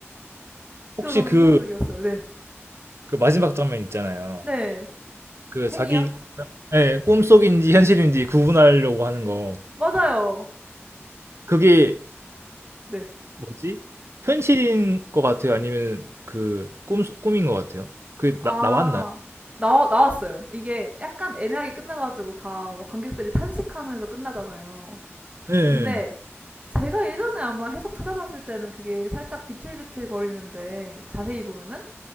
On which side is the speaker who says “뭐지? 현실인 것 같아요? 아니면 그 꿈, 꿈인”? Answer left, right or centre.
Right